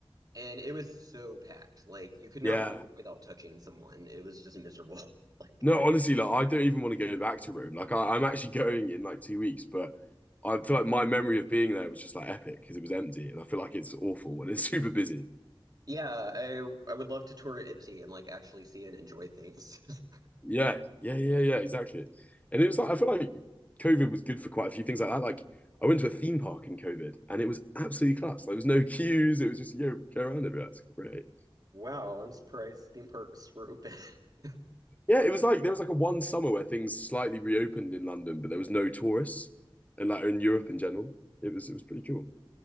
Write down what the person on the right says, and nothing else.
And it was so packed. Like you could not
move without touching someone. It was just miserable. <laughs> Like
yeah, I I would love to tour it empty and like actually see and enjoy things. <laughs>
Wow, I'm surprised theme parks were open. <laughs>